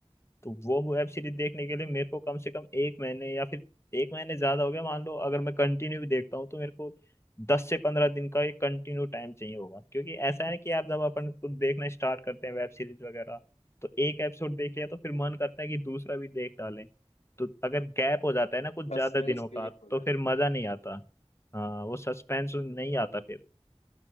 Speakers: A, on the left; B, on the left.
A: तो वो वेब सीरीज देखने के लिए मेरे को कम से कम एक महीने या फिर एक महीने ज्यादा हो गया मान लो अगर मैं कंटिन्यू भी देखता हूँ तो मेरे को दस से पंद्रह दिन का एक कंटिन्यू टाइम चाहिए होगा क्योंकि ऐसा है कि यार जब अपन कुछ देखना स्टार्ट करते हैं वेब सीरीज वगैरह तो एक एपिसोड देख लिया तो फिर मन करता है कि दूसरा भी देख डालें तो अगर गैप हो जाता है ना कुछ
B: सस्पेंस
A: ज्यादा दिनों
B: क्रिएट
A: का
B: हो
A: तो
B: जाता
A: फिर मजा नहीं आता हाँ वो सस्पेंस नहीं
B: है आप
A: आता
B: बिल्कुल
A: फिर